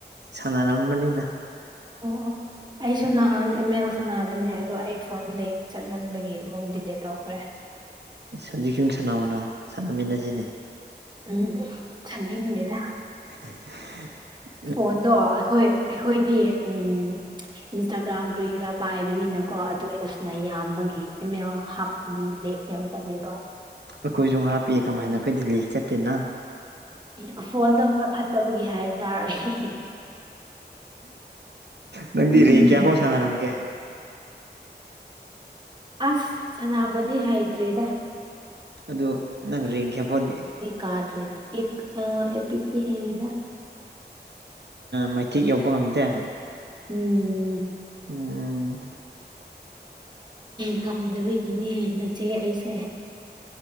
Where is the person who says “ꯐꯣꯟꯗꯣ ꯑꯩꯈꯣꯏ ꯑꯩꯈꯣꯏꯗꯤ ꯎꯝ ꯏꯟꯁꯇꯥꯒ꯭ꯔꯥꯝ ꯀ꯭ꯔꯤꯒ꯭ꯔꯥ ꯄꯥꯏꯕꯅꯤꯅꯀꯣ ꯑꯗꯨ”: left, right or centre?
Right